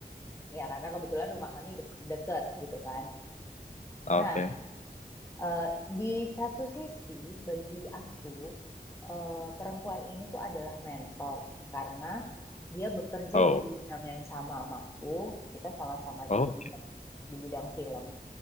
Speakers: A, on the left; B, on the left.
A: Ya karena kebetulan rumah kami de- deket gitu kan.
B: Oke.
A: Nah Eh, di satu sisi, bagi aku, eh, perempuan ini tuh adalah mentor karena dia bekerja
B: Oh,
A: di bidang yang sama sama aku. Kita sama-sama
B: oh.
A: di bidang di bidang film.